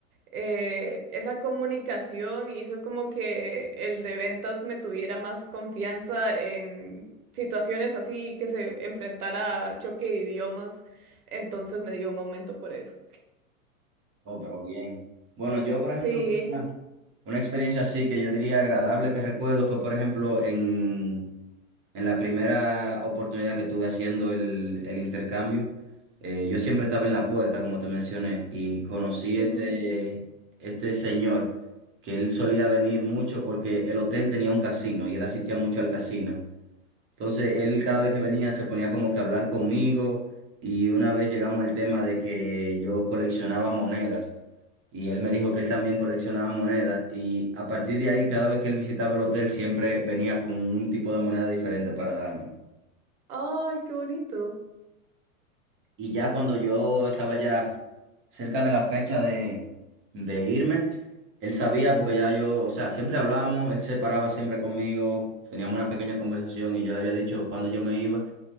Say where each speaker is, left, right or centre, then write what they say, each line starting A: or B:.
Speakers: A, on the right; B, on the right.
A: eh, esa comunicación hizo como que el de ventas me tuviera más confianza en situaciones así que se enfrentara a choque de idiomas. Entonces me dio un aumento por eso.
B: oh, pero bien. Bueno, yo por ejemplo,
A: Sí.
B: una, una experiencia así que yo diría agradable que recuerdo fue por ejemplo en En la primera oportunidad que tuve haciendo el, el intercambio, eh, yo siempre estaba en la puerta, como te mencioné, y conocí
A: ujú,
B: este, este señor que él solía venir mucho porque el hotel tenía un casino y él asistía mucho al casino. Entonces, él cada
A: Ok.
B: vez que venía se ponía como que a hablar conmigo y una vez llegamos al tema de que yo coleccionaba monedas y él me dijo que él también coleccionaba monedas y a partir de ahí, cada vez que él visitaba el hotel, siempre venía con un tipo de moneda diferente para darme.
A: Ay, qué bonito.
B: Y ya cuando yo estaba ya cerca de la fecha de, de irme, él sabía porque ya yo, o sea, siempre hablábamos, él se paraba siempre conmigo, teníamos una pequeña conversación y yo le había dicho cuándo yo me iba.